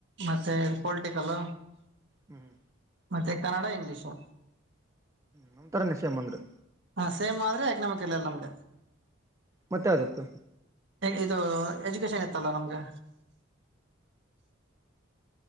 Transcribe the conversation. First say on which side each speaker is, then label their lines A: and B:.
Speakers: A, on the right; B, on the right.
A: ಮತ್ತೆ ಇದು ಪೊಲಿಟಿಕಲ್
B: ಹ್ಮ್ ಹ್ಮ್
A: ಮತ್ತೆ ಕನ್ನಡ ಇಂಗ್ಲೀಷು
B: ನಮತರನೆ ಸೇಮ್ ಅಂಗರೇ
A: ಹಾ ಸೇಮ್ ಅದ್ರ ಎಕನಾಮಿಕ್ ಇಲ್ಲ ನಮಗ
B: ಮತ್ತೆ ಯಾವ್ದು ಇತ್ತು
A: ಇದು ಎಜುಕೇಶನ್ ಇತ್ತಲ್ಲಾ ನಮ್ಗೆ